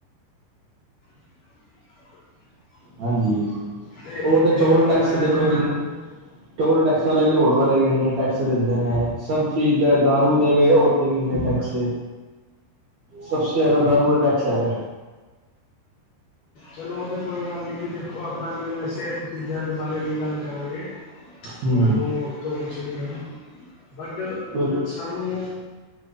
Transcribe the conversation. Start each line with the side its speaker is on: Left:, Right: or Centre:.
Left: <unintelligible>
Right: ਹਾਂਜੀ
Left: ਅਤੇ
Right: ਉਹ ਤਾਂ
Left: ਜਿਵੇਂ
Right: ਟੋਲ
Left: ਹੁਣ
Right: ਟੈਕਸ
Left: ਮੈਂ
Right: ਦੇਖੋ ਕਿੰਨ ਟੋਲ ਟੈਕਸ ਵਾਲੇ ਵੀ ਰੋਡ ਵਾਲੇ ਵੀ ਇੰਨੇ ਟੈਕਸ ਦਿੰਦੇ ਨੇ ਸਭ ਸ਼ਹੀਦ ਦਾਰੂ ਦੇਵੇ ਔਰਤ ਵੀ ਇੰਨੇ ਟੈਕਸ ਸਭੇ ਜ਼ਿਆਦਾ ਦਾਰੂ ਟੈਕਸ ਹੈਗਾ
Left: ਚਲੋ ਤੇ ਕੋਈ ਗੱਲ ਨਹੀਂ ਜੀ ਦੇਖੋ ਅੱ ਆਪ ਨਸ਼ਿਆਂ ਦੀ ਚੀਜ਼ਾਂ ਦੇ ਬਾਰੇ ਨਹੀਂ ਗੱਲ ਕਰਾਂਗੇ
Right: ਹੂੰ
Left: ਸਾਨੂੰ ਉਹ ਕੁਛ ਨਹੀਂ ਹੈ ਬਟ
Right: ਬੋਲੋ,
Left: ਸਾਨੂੰ,